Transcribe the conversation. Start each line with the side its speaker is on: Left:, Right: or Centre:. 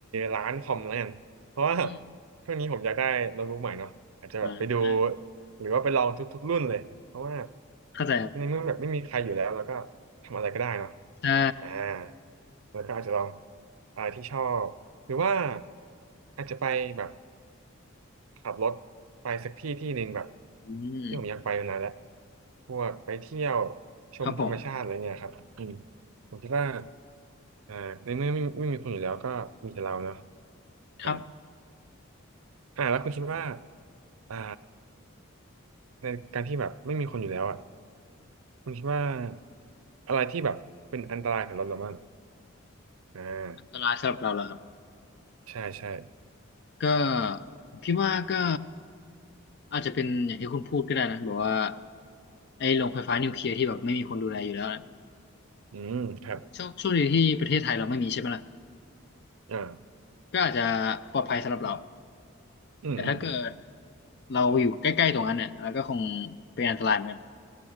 Right: ร้านคอมแล้วกันเพราะว่า
Left: อืม
Right: ช่วงนี้ผมอยากได้โน้ตบุ๊กใหม่เนาะอาจจะแบบไปดู
Left: อ่า
Right: หรือว่าไปลองทุกๆรุ่นเลยเพราะว่า
Left: เข้าใจครับ
Right: ในเมื่อแบบไม่มีใครอยู่แล้วแล้วก็ทำอะไรก็ได้เนาะ
Left: ใช่
Right: อ่าแล้วก็อาจจะลองอ่าที่ชอบหรือว่าอาจจะไปแบบ ขับรถไปสักที่ที่หนึ่งแบบ
Left: อืม
Right: ที่ผมอยากไปมานานแล้วพวกไปเที่ยวชมธรรมชาติอะไรเงี้ยครับอืม
Left: ครับผม
Right: ผมคิดว่าอ่าในเมื่อไม่ไม่มีคุณอยู่แล้วก็มีแต่เราเนาะ
Left: ครับ
Right: อ่าอ่าแล้วคุณคิดว่าอ่าในการที่แบบไม่มีคนอยู่แล้วอ่ะคุณคิดว่าอะไรที่แบบเป็นอันตรายสำหรับเราบ้างอ่า
Left: อันตรายสำหรับเราแล้วครับ
Right: ใช่ใช่
Left: ก็ผมคิดว่าก็อาจจะเป็นอย่างที่คุณพูดก็ได้นะแบบว่าไอ้โรงไฟฟ้านิวเคลียร์ที่แบบไม่มีคนดูแลอยู่แล้ว
Right: อืมครับ
Left: โช่วงช่วนี้ที่ประเทศไทยเราไม่มีใช่ไหมล่ะ
Right: อ่า
Left: ก็อาจจะปลอดภัยสำหรับเรา
Right: อืมอืม
Left: แต่ถ้าเกิดเราอยู่ใกล้ๆตรงนั้นเนี่ยเราก็คงเป็นอันตรายเหมือนกัน